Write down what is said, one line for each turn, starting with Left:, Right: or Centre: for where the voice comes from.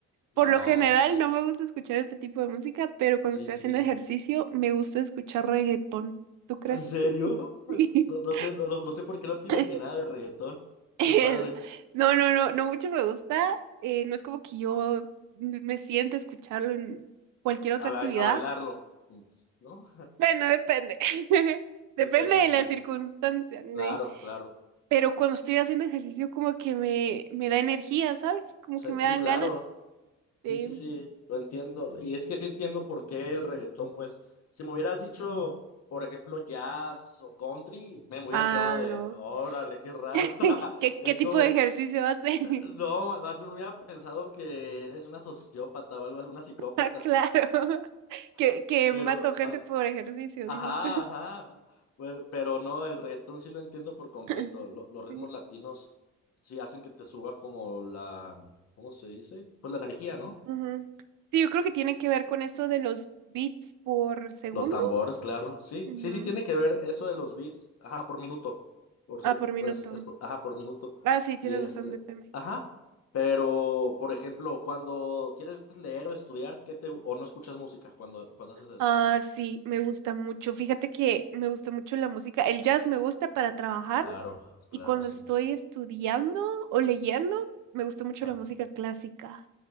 Left: No.
Right: Por lo general no me gusta escuchar este tipo de música, pero cuando
Left: Sí,
Right: estoy
Left: sí.
Right: haciendo ejercicio me gusta escuchar reggaetón. ¿Tú crees?
Left: ¿En serio?
Right: <laughs>
Left: No, no sé, no, no- no sé por qué no te imaginaba
Right: Sí.
Left: de reggaetón.
Right: <laughs>
Left: Qué padre.
Right: No, no, no, no mucho me gusta. eh, no es como que yo m- me siente escucharlo en cualquier otra
Left: A, ba-
Right: actividad.
Left: a bailarlo, ¿no?
Right: Bueno, depende. <laughs> Depende
Left: <laughs> Depende,
Right: de
Left: sí.
Right: la circunstancia, ¿no?
Left: Claro, claro.
Right: Pero cuando estoy haciendo ejercicio, como que me, me da energía, ¿sabes? Como
Left: Sí,
Right: que me
Left: sí,
Right: dan
Left: claro.
Right: ganas
Left: Sí,
Right: de.
Left: sí, sí, lo entiendo. Y es que sí entiendo por qué el reggaetón, pues, si me hubieras dicho, por ejemplo, jazz o country, me hubiera
Right: Ah,
Left: quedado de,
Right: no.
Left: órale, qué raro.
Right: <laughs>
Left: <laughs>
Right: ¿Qué,
Left: Es
Right: qué tipo
Left: como,
Right: de ejercicio hace? <laughs>
Left: eh, no, ma- más bien hubiera pensado que eres una sociópata o algo así, una psicópata.
Right: Ah, claro. <laughs> Que,
Left: <laughs>
Right: que
Left: Pero,
Right: mato gente
Left: ah,
Right: por ejercicio,
Left: ajá,
Right: dices.
Left: ajá. Bueno, Pero no, el reggaetón sí lo entiendo por completo.
Right: <laughs>
Left: Lo- los ritmos
Right: Sí.
Left: latinos sí hacen que te suba como la, ¿cómo se dice? Pues la energía, ¿no?
Right: Ujú. Sí, yo creo que tiene que ver con eso de los bits por segundo.
Left: Los tambores, claro. Sí,
Right: Ujú.
Left: sí, sí, tiene que ver eso de los beats. Ajá, por minuto. Por, se-
Right: Ah, por minuto.
Left: pues, es por- ajá, por minuto.
Right: Ah, sí, tienes
Left: Y este,
Right: razón, BPM.
Left: ajá. Pero, por ejemplo, cuando quieres leer o estudiar, ¿qué te, o no escuchas música cuando, cuando haces eso?
Right: Ah, sí, me gusta mucho. Fíjate que me gusta mucho la música. El jazz me gusta para trabajar
Left: Claro, claro,
Right: y cuando
Left: sí.
Right: estoy estudiando o leyendo, me gusta mucho
Left: Ajá.
Right: la música clásica.